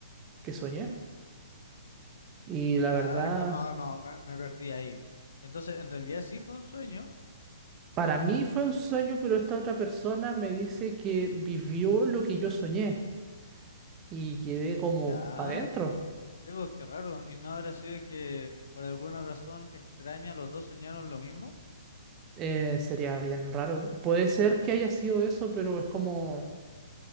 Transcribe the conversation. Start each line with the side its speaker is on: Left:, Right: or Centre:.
Right: que soñé. Y la
Left: Ah,
Right: verdad,
Left: <laughs> calma, calma, me, me perdí ahí. Entonces, en realidad sí fue un sueño,
Right: para mí fue un sueño, pero esta otra persona me dice que vivió lo que yo soñé. Y quedé como
Left: ya.
Right: para adentro.
Left: Sí, pues, qué raro. ¿Y no habrá sido que por alguna razón extraña los dos soñaron lo mismo?
Right: Eh, sería bien raro. Puede ser que haya sido eso, pero es como